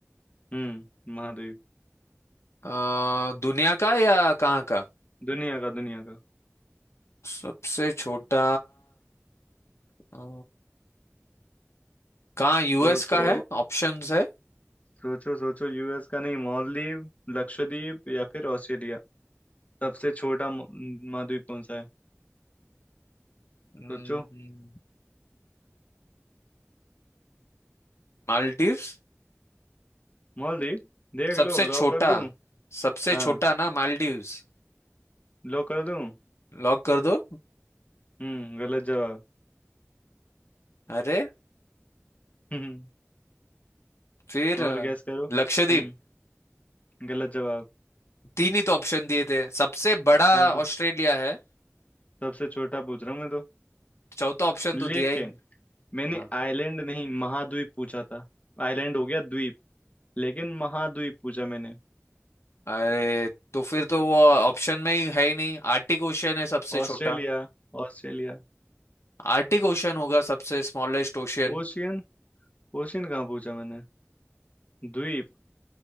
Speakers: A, on the left; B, on the left.
A: हम्म महाद्वीप
B: अ, दुनिया का या कहाँ का
A: दुनिया का दुनिया का
B: सबसे छोटा अ, कहाँ यूएस
A: सोचो
B: का है ऑप्शंस है
A: सोचो सोचो यूएस का नहीं मालदीव लक्षद्वीप या फिर ऑस्ट्रेलिया सबसे छोटा म- महाद्वीप कौन सा है
B: हम्म,
A: सोचो
B: मालदीव्स
A: मालदीव देख
B: सबसे
A: लो लॉक
B: छोटा
A: कर दूं
B: सबसे
A: हाँ
B: छोटा ना मालदीव्स
A: लॉक कर दूं
B: लॉक कर दो
A: हम्म गलत जवाब
B: अरे
A: <laughs> हम्म
B: फिर
A: और
B: अ,
A: गैस करो हम्म
B: लक्षद्वीप
A: गलत जवाब
B: तीन ही तो ऑप्शन दिए थे सबसे बड़ा
A: हाँ तो
B: ऑस्ट्रेलिया है
A: सबसे छोटा पूछ रहा हूँ मैं तो
B: चौथा ऑप्शन
A: लेकिन
B: तो दिया ही नहीं।
A: मैंने
B: हाँ
A: आइलैंड नहीं महाद्वीप पूछा था आइलैंड हो गया द्वीप लेकिन महाद्वीप पूछा मैंने
B: अरे तो फिर तो वो ऑप्शन में ही है ही नहीं आर्टिक ओशियन है सबसे
A: Australia
B: छोटा
A: Australia
B: आर्टिक ओशियन होगा सबसे स्मॉलेस्ट ओशियन
A: ओशियन ओशियन कहाँ पूछा मैंने द्वीप